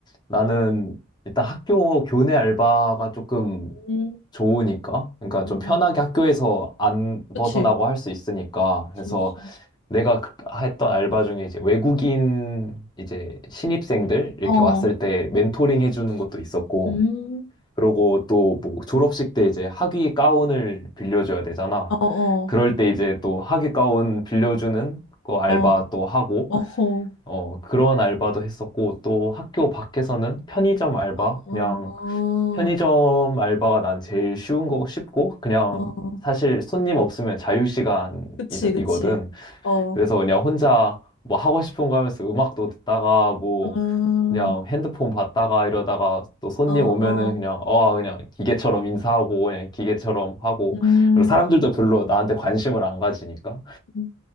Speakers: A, on the left; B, on the left.
A: 나는 일단 학교 교내 알바가 조금
B: 음,
A: 좋으니까, 그러니까 좀
B: 음.
A: 편하게 학교에서 안
B: 그치.
A: 벗어나고 할 수 있으니까, 그래서
B: 그치, 그치.
A: 내가 그- 했던 알바 중에 이제 외국인 이제 신입생들 이렇게
B: 어, 어,
A: 왔을 때 멘토링 해주는 것도 있었고,
B: 음,
A: 그러고 또 뭐 졸업식 때 이제 학위 가운을 빌려줘야 되잖아.
B: 어, 어,
A: 그럴 때 이제 또 학위 가운 빌려주는 거 알바
B: 어,
A: 또 하고,
B: 어.
A: 어, 그런 알바도 했었고, 또 학교 밖에서는 편의점 알바,
B: 어,
A: 그냥
B: 어,
A: 편의점 알바가 난 제일 쉬운 거고 쉽고, 그냥
B: 어, 어,
A: 사실 손님 없으면 자유시간이거든.
B: 그치, 그치. 어,
A: 그래서 그냥 혼자 뭐 하고 싶은 거 하면서 음악도 듣다가 뭐
B: 음,
A: 그냥 핸드폰 봤다가 이러다가 또 손님
B: 어, 어,
A: 오면은 그냥 어 그냥 기계처럼 인사하고 그냥 기계처럼 하고
B: 음,
A: 그리고 사람들도 별로 나한테 관심을 안 가지니까
B: 음,